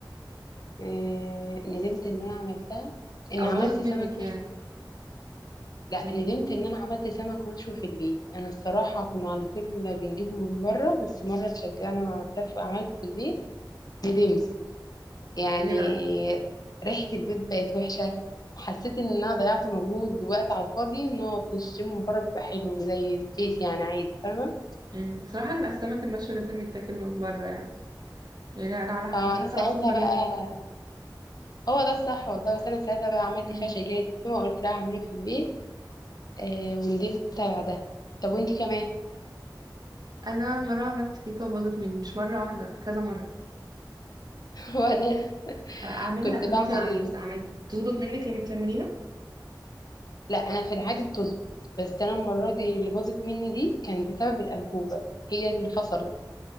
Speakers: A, on the left; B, on the right.
A: آه، ندمت إن أنا عملتها إن
B: أو
A: عملت
B: باظت منك
A: سمك مرسي
B: يعني
A: لا
B: مم.
A: ندمت ان انا عملت سمك مشوي في البيت انا الصراحه كنا على طول بنجيبه من بره بس مره اتشجعنا على الطبخ وعملت عملت في البيت ندمت يعني
B: ليه بقى
A: ريحه البيت بقت وحشه حسيت ان انا ضيعت مجهود ووقت على الفاضي ان هو بيشتري من بره بيبقى حلو زي البيت يعني عادي فاهمه
B: مم. بصراحة السمك المشوي لازم يتاكل من بره يعني يعني أنا على ح-
A: فانا
B: أنا حتى
A: ساعتها
B: على طول بجيبه
A: بقى
B: من بره
A: هو ده الصح والله بس انا ساعتها بقى عملت
B: مم.
A: فاشة جاهز وقلت لها اعمله في البيت آه وندمت بعدها طب وانتي كمان
B: أنا مرة عملت كيكة وباظت مني مش مرة واحدة كذا مرة
A: <laughs> وانا
B: اعملها
A: كنت
B: طب
A: بعمل
B: انت عم... بس عملت بتظبط منك لما بتعمليها
A: لا انا في العادي بتظبط بس انا المره دي اللي باظت مني دي كان بسبب الانبوبه هي اللي فصلت